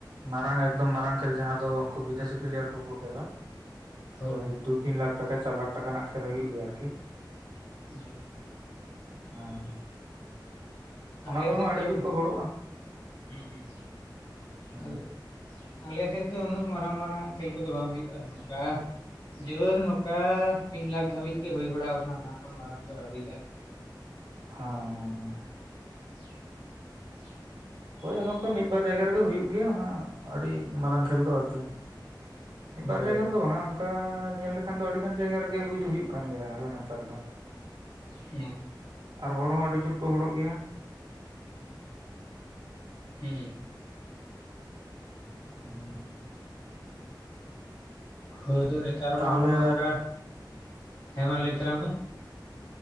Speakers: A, on the right; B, on the left.
A: ᱢᱟᱨᱟᱝ ᱮᱠᱫᱚᱢ ᱢᱟᱨᱟᱝ ᱠᱷᱮᱞ ᱡᱟᱦᱟᱸ ᱫᱚ ᱩᱱᱠᱩ ᱵᱤᱫᱮᱥᱤ ᱯᱤᱞᱮᱭᱟᱨ ᱠᱚᱠᱚ ᱠᱷᱮᱞᱟ ᱾
B: ᱦᱳᱭ
A: ᱳᱭ
B: ᱦᱳᱭ
A: ᱫᱩ ᱛᱤᱱ ᱞᱟᱠ ᱴᱟᱠᱟ ᱪᱟᱨ ᱞᱟᱠ ᱴᱟᱠᱟ ᱨᱮᱱᱟᱜ ᱠᱷᱮᱞ ᱦᱩᱭᱩᱜ ᱜᱮᱭᱟ ᱟᱨᱠᱤ᱾
B: <unintelligible>
A: ᱦᱮᱸ
B: ᱟᱞᱮ
A: ᱚᱱᱟ ᱠᱚᱨᱮ
B: ᱥᱮᱫ
A: ᱦᱚᱸ ᱟᱹᱰᱤ
B: ᱦᱩᱸ
A: ᱡᱳᱨ ᱠᱚ ᱦᱚᱲᱚᱜᱼᱟ
B: ᱦᱩᱸ
A: ᱦᱮᱸ
B: ᱟᱨ ᱟᱞᱮ ᱥᱮᱫ ᱫᱚ ᱩᱱᱟᱹᱜ ᱢᱟᱨᱟᱝ ᱢᱟᱨᱟᱝ ᱟᱜ ᱠᱷᱮᱞ ᱠᱚᱫᱚ ᱵᱟᱝ ᱦᱩᱭᱩᱜ-ᱟ, ᱱᱚᱝᱠᱟ ᱡᱳᱨ ᱱᱚᱝᱠᱟ ᱢᱤᱫ ᱞᱟᱠᱷ ᱫᱷᱟᱹᱵᱤᱡ ᱜᱮ ᱦᱩᱭ ᱵᱟᱲᱟ ᱟᱠᱟᱱᱟ ᱚᱱᱟ ᱾ ᱚᱠᱷᱚᱱ ᱢᱟᱨᱟᱝ ᱫᱚ ᱟᱹᱣᱨᱤᱭᱟᱜ-ᱟ᱾
A: ᱦᱟᱸ <unintelligible>
B: <unintelligible>
A: ᱦᱳᱭ ᱟᱞᱮ ᱚᱱᱠᱟ ᱢᱤᱫ ᱵᱟᱨ ᱡᱟᱭᱜᱟ ᱨᱮᱜᱮ ᱦᱩᱭᱩᱜ ᱜᱮᱭᱟ ᱚᱱᱟ ᱟᱹᱰᱤ ᱢᱟᱨᱟᱝ ᱠᱷᱮᱞ ᱫᱚ ᱟᱨᱠᱤ ᱾ ᱢᱤᱫ
B: ᱦᱳᱭ
A: ᱵᱟᱨ ᱡᱟᱭᱜᱟ ᱨᱮᱫᱚ ᱵᱟᱝᱟ ᱚᱱᱠᱟ ᱧᱮᱞ ᱞᱮᱠᱷᱟᱱ ᱫᱚ ᱟᱹᱰᱤ ᱜᱟᱱ ᱡᱟᱭᱜᱟ ᱨᱮᱜᱮ ᱦᱩᱭ ᱫᱚ ᱦᱩᱭᱩᱜ ᱠᱟᱱ ᱜᱮᱭᱟ ᱟᱞᱮ ᱱᱚᱛᱮ ᱨᱮ ᱫᱚ,
B: <unintelligible>
A: ᱟᱨ ᱦᱚᱲ ᱦᱚᱸ ᱟᱹᱰᱤ ᱡᱳᱨ ᱠᱚ ᱦᱚᱲᱚᱜ ᱜᱮᱭᱟ ᱾
B: ᱦᱩᱸᱢ
A: <inaudible>
B: ᱦᱳᱭ ᱫᱚ ᱱᱮᱛᱟᱨ
A: ᱛᱟᱦᱚᱞᱮ
B: ᱢᱟ ᱦᱚᱸ-ᱚ ᱱᱚᱝᱠᱟ ᱦᱮᱸ ᱢᱟ ᱞᱟᱹᱭ ᱛᱟᱞᱟᱝ ᱢᱮ,